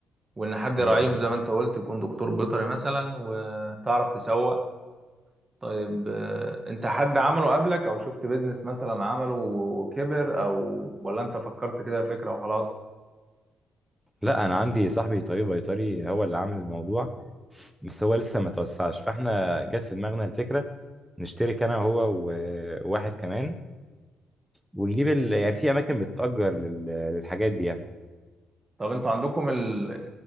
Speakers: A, on the right; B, in the centre.
A: وان حد
B: مم.
A: يراعيهم زي ما انت قلت يكون دكتور بيطري مثلا وتعرف تسوق طيب آه، انت حد عمله قبلك او شفت بيزنس مثلا عمله و- وكبر او ولا انت فكرت كده فكرة وخلاص
B: لا انا عندي صاحبي طبيب بيطري هو اللي عامل الموضوع بس هو لسه ما توسعش فاحنا جت في دماغنا الفكره نشترك انا وهو وواحد كمان ونجيب ال... يعني في اماكن بتتأجر لل... للحاجات دي يعني
A: طب انتوا عندكم ال...